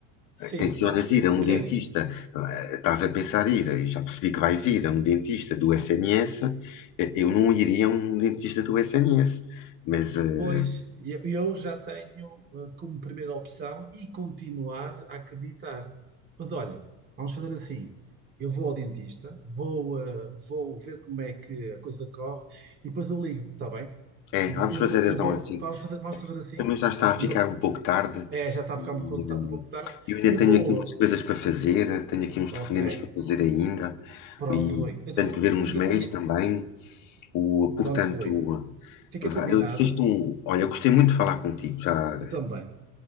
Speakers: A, on the right; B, on the left.
A: sim,
B: tencionas
A: sabes que
B: ir a
A: sim,
B: um dentista, eh, estás a pensar ir, e já percebi que vais ir a um dentista do SNS, eh, eu não iria a um dentista do SNS, mas eh,
A: pois eu eu já tenho eh, como primeira opção e continuar a acreditar. Mas olha, vamos fazer assim: eu vou ao dentista, vou, eh, vou ver como é que a coisa corre e depois eu ligo-te, está bem?
B: é,
A: E
B: vamos
A: de- eu
B: fazer
A: vou, eu
B: então
A: vou,
B: assim.
A: vamos fazer, vamos fazer assim.
B: Também já está a
A: Eu,
B: ficar um pouco tarde
A: é, já está
B: e
A: a ficar um pouco
B: hum,
A: tá um pouco tarde.
B: eu ainda
A: Eu
B: tenho
A: vou
B: aqui umas coisas para fazer, tenho aqui uns
A: Ok,
B: telefonemas para fazer ainda
A: pronto,
B: e
A: Rui. Então
B: tenho que ver uns
A: fica
B: mails
A: combinado.
B: também. O, portanto,
A: Pronto, Rui. Fica
B: vá-
A: combinado.
B: eu desisto um. Olha, eu gostei muito de falar contigo. Já,
A: Eu também.